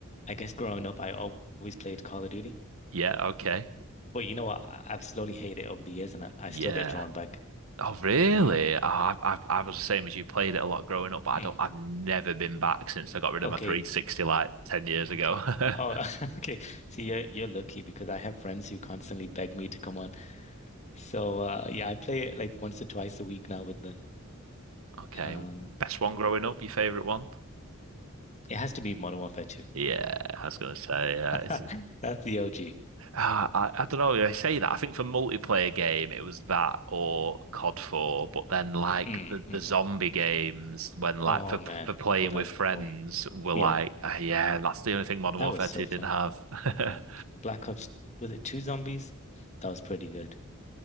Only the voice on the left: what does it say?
I guess growing up, I al- always played Call of Duty.
But you know what? I- I've slowly hated it over the years, and I, I
still get drawn back.
Mm, Right?
mm.
Okay,
okay.
Oh, <laughs> okay. See, you're you're lucky because I have friends who constantly beg me to come on. So uh, yeah, I play it like once or twice a week now with them.
Um,
but
it has to be Modern Warfare 2.
<laughs>
That's the OG.
Mm,
Right. mm.
mm-hmm.
Oh
man,
pull that
Play
wall.
Yeah.
That
was so
fun.
Mm. Black Ops, was it two zombies? That was pretty good.